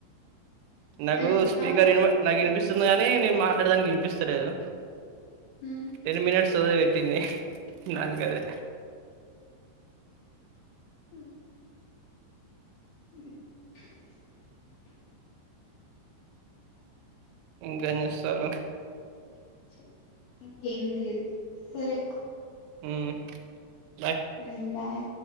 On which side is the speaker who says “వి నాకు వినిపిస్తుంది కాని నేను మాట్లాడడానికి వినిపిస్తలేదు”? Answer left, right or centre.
Right